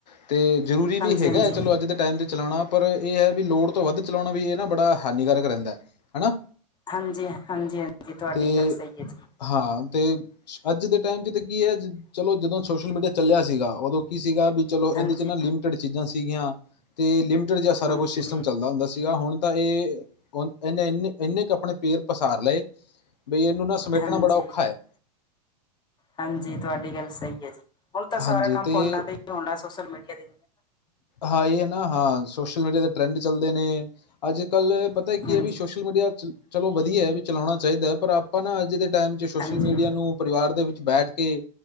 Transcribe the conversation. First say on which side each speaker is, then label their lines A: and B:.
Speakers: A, on the left; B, on the left.
A: ਅਤੇ ਜ਼ਰੂਰੀ
B: ਹਾਂਜੀ
A: ਵੀ ਹੈਗਾ
B: ਹਾਂਜੀ
A: ਹੈ। ਚਲੋ, ਅੱਜ ਦੇ ਟਾਈਮ 'ਤੇ ਚਲਾਉਣਾ ਪਰ ਇਹ ਹੈ, ਵੀ ਲੋੜ ਤੋਂ ਵੱਧ ਚਲਾਉਣਾ ਵੀ ਇਹ ਨਾ ਬੜਾ ਹਾਨੀਕਾਰਕ ਰਹਿੰਦਾ ਹੈ ਨਾ
B: ਹਾਂਜੀ- ਹਾਂਜੀ- ਹਾਂਜੀ ਤੁਹਾਡੀ
A: ਅਤੇ
B: ਗੱਲ ਸਹੀ ਹੈ ਜੀ।
A: ਹਾਂ ਤੇ ਅੱਜ ਦੇ ਟਾਈਮ ਚ ਤਾਂ ਕੀ ਹੈ, ਚਲੋ ਜਦੋਂ ਸੋਸ਼ਲ ਮੀਡੀਆ ਚੱਲਿਆ ਸੀਗਾ ਉਦੋਂ ਕੀ ਸੀਗਾ ਵੀ ਚਲੋ
B: ਹਾਂਜੀ
A: ਇਹਦੇ ' ਨਾ ਲਿਮਟਡ ਚੀਜ਼ਾਂ ਸੀਗੀਆਂ ਤੇ ਲਿਮਟਡ ਜਿਹਾ ਸਾਰਾ
B: ਹਾਂਜੀ
A: ਕੁਛ ਸਿਸਟਮ ਚੱਲਦਾ ਹੁੰਦਾ ਸੀਗਾ ਹੁਣ ਤਾਂ ਇਹ, ਉਹ ਇਹਨੇ ਇੰਨੇ- ਇੰਨੇ ਕੁ ਆਪਣੇ ਪੇਰ ਪਸਾਰ ਲਏ ਬਈ, ਇਹਨੂੰ ਨਾ ਸਮੇਟਣਾ
B: ਹਾਂਜੀ
A: ਬੜਾ ਔਖਾ ਹੈ।
B: ਹਾਂਜੀ, ਤੁਹਾਡੀ ਗੱਲ ਸਹੀ ਹੈ ਜੀ, ਹੁਣ ਤਾਂ ਸਾਰਾ
A: ਹਾਂਜੀ
B: ਕੰਮ
A: ਅਤੇ
B: ਫੋਨਾ ਤੇ ਹੀ ਹੋਣਾ ਸੋਸ਼ਲ ਮੀਡੀਆ ਤੇ
A: ਹਾਂ ਇਹ ਹੈ, ਨਾ ਹਾਂ, ਸੋਸ਼ਲ ਮੀਡੀਆ ਦੇ ਟਰੈਂਡ ਚੱਲਦੇ ਨੇ ਅੱਜ ਕੱਲ੍ਹ ਪਤਾ
B: ਨਾ
A: ਕੀ
B: ਹਾਂਜੀ
A: ਹੈ ਵੀ ਸੋਸ਼ ਸੋਸ਼ਲ ਮੀਡੀਆ ਚ ਚਲੋ ਵਧੀਆ ਹੈ, ਵੀ ਚਲਾਉਣਾ ਚਾਹੀਦਾ ਪਰ ਆਪਾਂ ਨਾ ਅੱਜ ਦੇ ਟਾਈਮ 'ਚ ਸੋਸ਼ਲ
B: ਹਾਂਜੀ
A: ਮੀਡੀਆ ਨੂੰ, ਪਰਿਵਾਰ ਦੇ ਵਿੱਚ ਬੈਠ ਕੇ